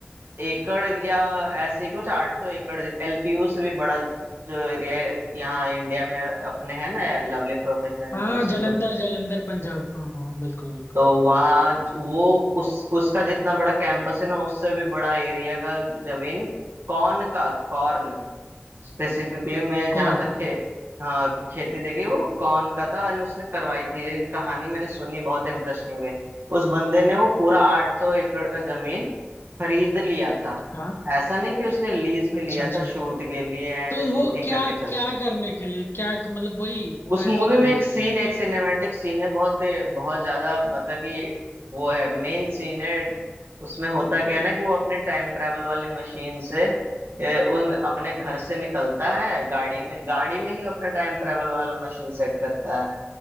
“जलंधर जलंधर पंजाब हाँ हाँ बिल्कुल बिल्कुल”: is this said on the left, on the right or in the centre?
Left